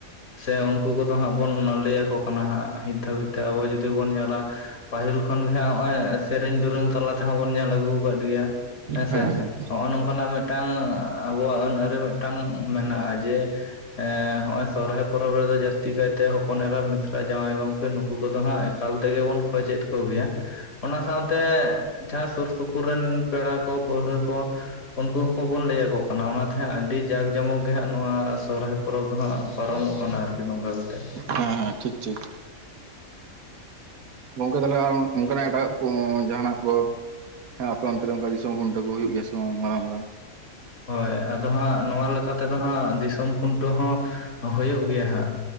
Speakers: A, on the left; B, on the right.
A: ᱥᱮ ᱩᱱᱠᱩ ᱠᱚᱫᱚ ᱦᱟᱸᱜ ᱵᱚᱱ ᱞᱟᱹᱭ ᱭᱟᱠᱚ ᱠᱟᱱᱟ ᱦᱟᱸᱜ ᱱᱤᱛ ᱫᱷᱟᱹᱵᱤᱡ ᱛᱮ ᱟᱵᱚ ᱡᱩᱫᱤ ᱵᱚᱱ ᱧᱮᱞᱟ ᱯᱟᱹᱦᱤᱞ ᱠᱷᱚᱱ ᱜᱮ ᱦᱚᱜ ᱥᱮᱨᱮᱧ ᱫᱩᱨᱟᱹᱝ ᱛᱟᱞᱟ ᱛᱮᱦᱚᱸ ᱵᱚᱱ ᱧᱮᱞ ᱟᱹᱜᱩ ᱠᱟᱴ ᱜᱮᱭᱟ ᱦᱮᱸᱥᱮ
B: ᱦᱮᱸ ᱦᱮᱸ
A: ᱱᱚᱜ-ᱚᱭ ᱱᱚᱝᱠᱟᱱᱟᱜ ᱢᱤᱫ ᱴᱟᱝ ᱟᱵᱚᱣᱟᱜ ᱟᱹᱱ ᱟᱹᱨᱤ ᱢᱤᱫᱴᱟᱝ ᱢᱮᱱᱟᱜ-ᱟ ᱡᱮ ᱦᱚᱜ-ᱚᱭ ᱥᱚᱨᱦᱟᱭ ᱯᱚᱨᱚᱵᱽ ᱨᱮᱫᱚ ᱡᱟᱹᱥᱛᱤ ᱠᱟᱭᱛᱮ ᱦᱚᱯᱚᱱ ᱮᱨᱟ ᱢᱤᱥᱨᱟ ᱡᱟᱶᱟᱭ ᱜᱚᱢᱠᱮ ᱱᱩᱠᱩ ᱠᱚᱫᱚ ᱦᱟᱸᱜ ᱮᱠᱟᱞ ᱛᱮᱜᱮ ᱵᱚᱱ ᱠᱷᱚᱡᱮᱫ ᱠᱚᱜᱮᱭᱟ ᱚᱱᱟ ᱥᱟᱶᱛᱮ ᱡᱟᱦᱟᱸ ᱥᱩᱨ ᱥᱩᱯᱩᱨ ᱨᱮᱱ ᱯᱮᱲᱟ ᱠᱚ ᱯᱟᱹᱲᱦᱟᱹ ᱠᱚ ᱩᱱᱠᱩ ᱦᱚᱸᱠᱚᱵᱚᱱ ᱞᱟᱹᱭᱟᱠᱚ ᱠᱟᱱᱟ ᱚᱱᱟ ᱚᱱᱟᱛᱮ ᱦᱟᱸᱜ ᱟᱹᱰᱤ ᱡᱟᱸᱠ ᱡᱚᱢᱚᱠ ᱜᱮ ᱦᱟᱸᱜ ᱱᱚᱣᱟ ᱥᱚᱨᱦᱟᱭ ᱯᱚᱨᱚᱵᱽ ᱫᱚ ᱦᱟᱸᱜ ᱯᱟᱨᱚᱢᱚᱜ ᱠᱟᱱᱟ ᱟᱨᱠᱤ ᱱᱚᱝᱠᱟ ᱠᱟᱛᱮᱫ᱾
B: ᱦᱮᱸ ᱦᱮᱸ ᱴᱷᱤᱠ ᱴᱷᱤᱠ᱾ ᱜᱚᱝᱠᱮ ᱛᱟᱦᱚᱞᱮ ᱟᱨ ᱚᱱᱠᱟᱱᱟᱜ ᱮᱴᱟᱜ ᱡᱟᱦᱟᱱᱟᱜ ᱠᱚ᱾ ᱦᱮᱸ ᱟᱯᱮ ᱚᱱᱛᱮᱨᱮ ᱚᱝᱠᱟ ᱫᱤᱥᱚᱢ ᱠᱷᱩᱱᱴᱟᱹ ᱠᱚ ᱦᱩᱭᱩᱜ ᱜᱮᱭᱟ ᱵᱟᱝ ᱢᱟᱨᱟᱝ ᱢᱟᱨᱟᱝ᱾
A: ᱦᱳᱭ ᱟᱫᱚ ᱦᱟᱸᱜ ᱱᱚᱣᱟ ᱞᱮᱠᱟ ᱛᱮᱫᱚ ᱦᱟᱸᱜ ᱫᱤᱥᱚᱢ ᱠᱷᱩᱱᱴᱟᱹᱣ ᱦᱚᱸ ᱦᱩᱭᱩᱜ ᱜᱮᱭᱟ ᱦᱟᱸᱜ, ᱾